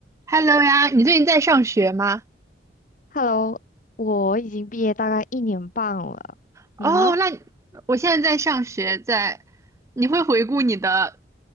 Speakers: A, on the right; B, on the left.
A: Hello 呀，你最近在上学吗？
B: Hello，我已经毕业大概一年半了，
A: 哦，
B: 你呢？
A: 那你我现在在上学，在，你会回顾你的